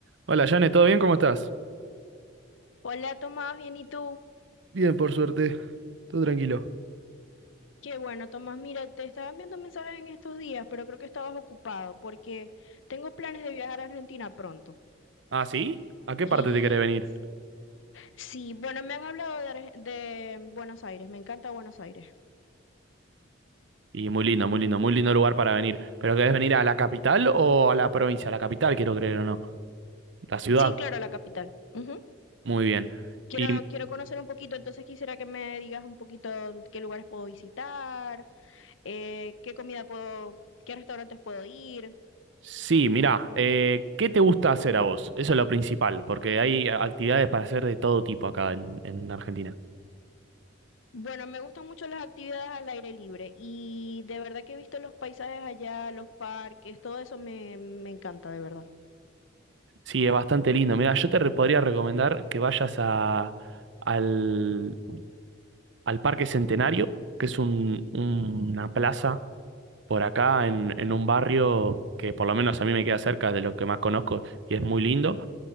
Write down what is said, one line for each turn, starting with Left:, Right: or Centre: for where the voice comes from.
Right: Hola, Jane, ¿todo bien? ¿Cómo estás?
Left: Hola Tomás, bien, ¿y tú?
Right: Bien, por suerte, todo tranquilo.
Left: Qué bueno, Tomás, mira, te estaba enviando mensajes en estos días, pero creo que estabas ocupado porque tengo planes de viajar a Argentina pronto.
Right: ¿Ah, sí? ¿A qué
Left: Y
Right: parte te querés venir?
Left: sí, bueno, me han hablado de, Arge- de Buenos Aires, me encanta Buenos Aires.
Right: Y muy lindo, muy lindo, muy lindo lugar para venir. ¿Pero querés venir a la capital o a la provincia? A la capital, quiero creer o no. La ciudad.
Left: Sí, claro, la capital. Ujú.
Right: Muy bien.
Left: Quiero,
Right: Y
Left: quiero conocer un poquito, entonces quisiera que me digas un poquito qué lugares puedo visitar, eh, qué comida puedo, qué restaurantes puedo ir.
Right: sí, mirá, eh, ¿qué te gusta hacer a vos? Eso es lo principal, porque hay actividades para hacer de todo tipo acá en, en Argentina.
Left: Bueno, me gustan mucho las actividades al aire libre y de verdad que he visto los paisajes allá, los parques, todo eso me, me encanta, de verdad.
Right: Sí, es bastante lindo. Mirá, yo te re- podría recomendar que vayas a, al, al Parque Centenario, que es un- una plaza. por acá en, en un barrio que por lo menos a mí me queda cerca de lo que más conozco y es muy lindo.